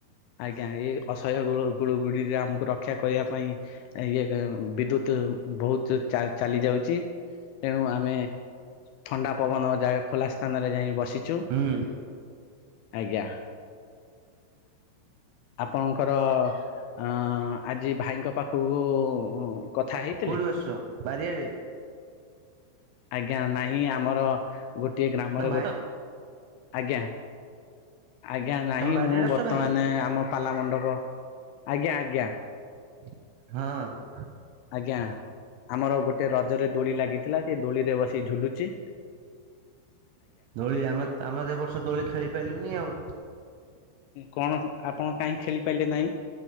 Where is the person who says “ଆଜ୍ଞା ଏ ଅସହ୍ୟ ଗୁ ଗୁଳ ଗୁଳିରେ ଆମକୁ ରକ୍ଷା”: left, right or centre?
Left